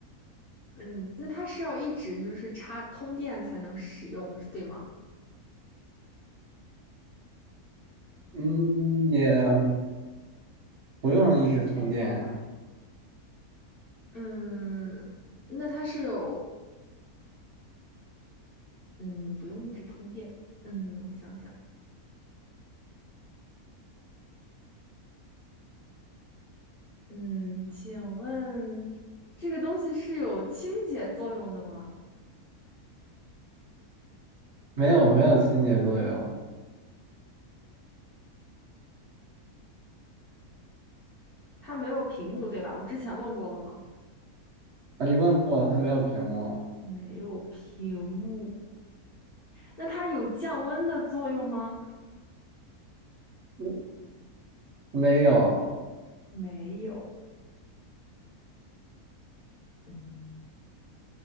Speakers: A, on the left (about 55°); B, on the right (about 55°).
A: 嗯，那它是要一直就是插通电才能使用，对吗？
B: 嗯，也不用一直通电啊，
A: 嗯，那它是有，嗯，不用一直通电，嗯，我想想，嗯，请问这个东西是有清洁作用的吗？
B: 没有没有清洁作用
A: 它没有屏幕，对吧？我之前问过了吗？
B: 啊。你问过它没有屏幕？
A: 没有屏幕，那它有降温的作用吗？
B: 嗯没有，
A: 没有。嗯，